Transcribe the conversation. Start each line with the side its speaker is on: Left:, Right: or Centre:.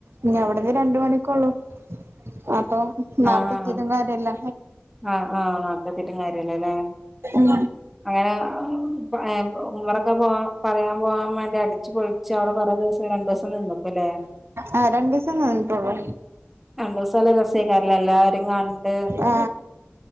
Right: ഇനി അവിടന്ന് രണ്ട മണിക്കൊള്ളൂ അപ്പൊ നേരത്തെ
Centre: ആഹ്
Right: എത്തിട്ടും കാര്യല്ല
Centre: ആഹ് അആഹ് നാർത്തെ എത്തീട്ടും കാര്യല്ല ല്ലേ
Right: ഉം
Centre: അങ്ങനെ എ ഉമ്മറൊക്കെ പോ പറയാൻ പോവാൻ വേണ്ടി അടിച്ചു പൊളിച്ച് അവിടെ കുറേ ദിവസ രണ്ടൂസം നിന്നുകുല്ലെ
Right: ആഹ് രണ്ട് ദിവസം നിന്നുട്ടൊള്ളു
Centre: രണ്ടുസം നല്ല രസേക്രല്ലെ എല്ലാരിം കണ്ട്
Right: ആ